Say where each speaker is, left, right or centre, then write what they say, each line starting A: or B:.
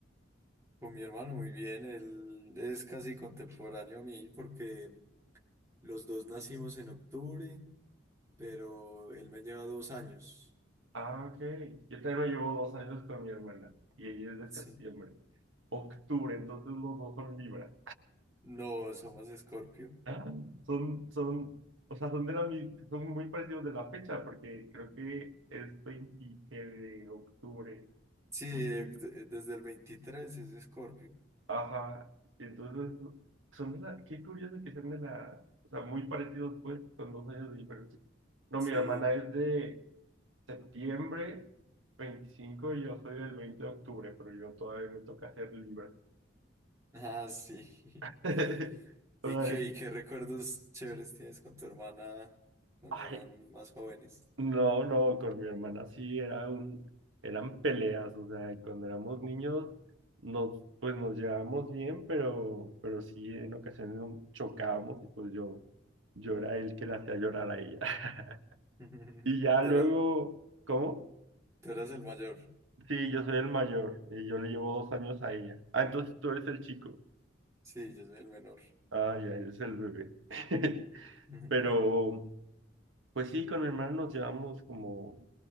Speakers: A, on the right; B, on the right.
A: con mi hermano muy bien, él es casi contemporáneo a mí porque los dos nacimos en octubre, pero él me lleva dos años.
B: Ah, ok. Yo también llevo dos años con mi hermana y ella es de
A: Sí,
B: septiembre, octubre, entonces los dos son Libra.
A: no, somos Escorpio.
B: Ah, Son, son, o sea, son de la, mi- son muy parecidos de la fecha, porque creo que es 20 de octubre,
A: Sí, eh,
B: veinte
A: de- desde el 23 es Escorpio.
B: Ajá, entonces son de la, qué curioso que sean de la, o sea, muy parecidos pues, con dos años de diferencia. No,
A: Sí.
B: mi hermana es de septiembre 25 y yo soy del 20 de octubre, pero yo todavía me toca ser libre.
A: Ah, sí.
B: <laughs>
A: <laughs>
B: O
A: ¿Y
B: sea,
A: qué, y qué recuerdos chéveres tienes con tu hermana cuando
B: ay,
A: eran más jóvenes?
B: No, no, con mi hermana sí era un, eran peleas, o sea, cuando éramos niños nos, pues nos llevábamos bien, pero, pero sí en ocasiones nos chocábamos y pues yo, yo era el que la hacía llorar a ella. <laughs>
A: <laughs>
B: Y ya
A: Tú
B: luego,
A: era-
B: ¿cómo?
A: tú eras, el mayor.
B: Sí, yo soy el mayor, y yo le llevo dos años a ella. Ah, entonces tú eres el chico.
A: Sí, yo soy el menor.
B: Ah, ya eres el bebé. <laughs>
A: <laughs> Ujú.
B: Pero, pues sí, con mi hermano nos llevamos como